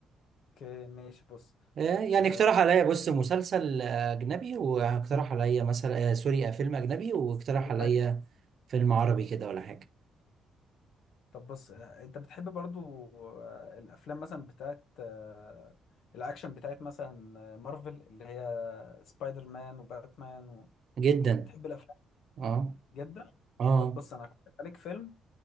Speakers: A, on the left; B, on the right.
A: اوكي ماشي بص
B: آه، يعني
A: آه،
B: اقترح عليا بص مسلسل آه، اجنبي واقترح عليا مثلا آه، سوري آه، فيلم اجنبي واقترح
A: فيلم
B: عليا
A: أجنبي
B: فيلم عربي كده ولا حاجه
A: طب بص آه، انت بتحب برضو آه، الافلام مثلا بتاعت آه، الاكشن بتاعت مثلا آه، مارفل اللي هي سبايدر مان وباتمان و...
B: جدا
A: بتحب الافلام
B: اه
A: جدا
B: اه
A: طب بص انا هقترح عليك فيلم